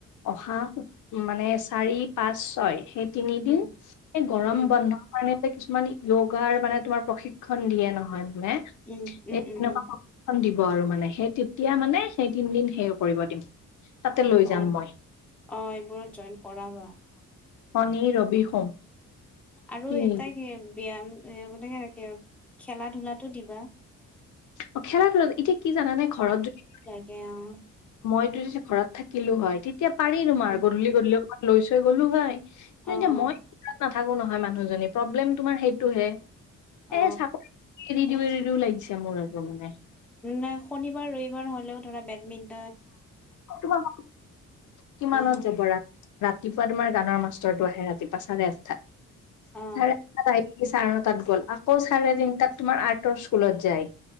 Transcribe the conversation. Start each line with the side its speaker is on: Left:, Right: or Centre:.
Left: অহা মানে চাৰি, পাঁচ, ছয় সেই তিনিদিন
Centre: উম
Left: এই গৰম
Centre: উম
Left: বন্ধৰ কাৰণে কিছুমান য্যোগাৰ মানে তোমাৰ প্ৰশিক্ষণ দিয়ে নহয়। নে
Centre: উম উম
Left: এনেকুৱা
Centre: উম উম
Left: <unintelligible> দিব আৰু মানে সেই তেতিয়া মানে সেই তিনদিন সেইও কৰিব দিম। তাতে লৈ যাম
Centre: অ
Left: মই
Centre: অ এইবোৰত জইন কৰাবা।
Left: শনি, ৰবি, সোম।
Centre: আৰু
Left: তিনিদিন
Centre: এই তাইক ব্যায়াম এ মানে কি আৰু খেলা ধূলাটো দিবা।
Left: অ খেলা ধূলা এতিয়া কি জানানে ঘৰত যদি
Centre: থাকে অ
Left: মইতো যদি ঘৰত থাকিলো হয় তেতিয়া পাৰি তোমাৰ
Centre: উম
Left: গধূলি গধূলি অকমান লৈ চৈ গ'লো হয়। কিন্ত
Centre: অ
Left: এতিয়া
Centre: অ
Left: মই তাত নাথাকো নহয় মানুহজনী প্ৰব্লেম তোমাৰ সেইটো হে এ
Centre: অ
Left: চাকৰি এৰি দিও এৰি দিও লাগিছে মোৰ আৰু মানে
Centre: নাই শনিবাৰ, ৰবিবাৰ হ'লেও ধৰা বেডমিণ্টন
Left: তোমাৰ কিমানত
Centre: সেইবোৰ
Left: যাব ৰাত ৰাতিপুৱা তোমাৰ গানৰ মাষ্টৰটো আহে ৰাতিপুৱা চাৰে আঠটাত
Centre: অ
Left: চাৰে আঠ চাৰে ন' তাত গ'ল আকৌ চাৰে তিনতাত তোমাৰ আৰ্টৰ স্কুলত যায়।